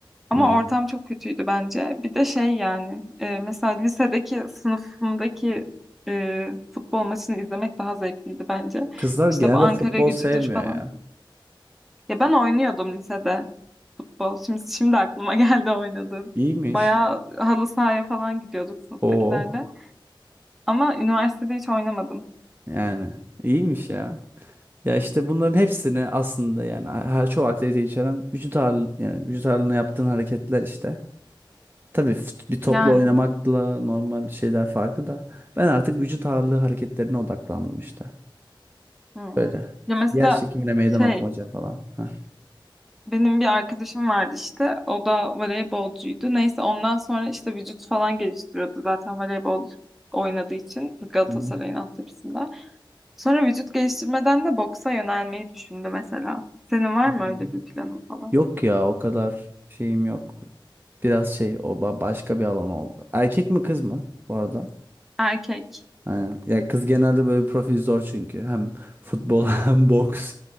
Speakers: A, in the centre; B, on the right.
A: Ama
B: Hmm.
A: ortam çok kötüydü bence. Bir de şey yani e, mesela lisedeki sınıfımdaki e, futbol maçını izlemek daha zevkliydi bence.
B: Kızlar
A: İşte
B: genelde
A: bu Ankara
B: futbol
A: gücüdür
B: sevmiyor
A: falan.
B: ya.
A: Ya ben oynuyordum lisede futbol. Şimdi şimdi aklıma <laughs> geldi oynadım.
B: İyiymiş.
A: Bayağı halı sahaya falan gidiyorduk sınıftakilerle.
B: Oo.
A: Ama üniversitede hiç oynamadım.
B: Yani iyiymiş ya. Ya işte bunların hepsini aslında yani her çoğu aktivite içeren vücut ağırlığı yani vücut ağırlığına yaptığın hareketler işte. Tabii fut- bir topla
A: Yani
B: oynamakla normal şeyler farkı da ben artık vücut ağırlığı hareketlerine odaklandım işte.
A: hmm.
B: Öyle.
A: Ya mesela
B: Yer çekimine meydan
A: şey
B: okumaca falan. Heh.
A: benim bir arkadaşım vardı işte. O da voleybolcuydu. Neyse ondan sonra işte vücut falan geliştiriyordu zaten voleybol oynadığı için Galatasaray'ın
B: Hı hı.
A: altyapısında. Sonra vücut geliştirmeden de boksa yönelmeyi düşündü mesela. Senin var
B: Hı
A: mı
B: hı.
A: öyle bir planın falan?
B: Yok ya o kadar şeyim yok. Biraz şey o ba- başka bir alan oldu. Erkek mi kız mı bu arada?
A: Erkek.
B: Aynen. Ya kız genelde böyle bir profil zor çünkü. Hem futbol <laughs> hem boks.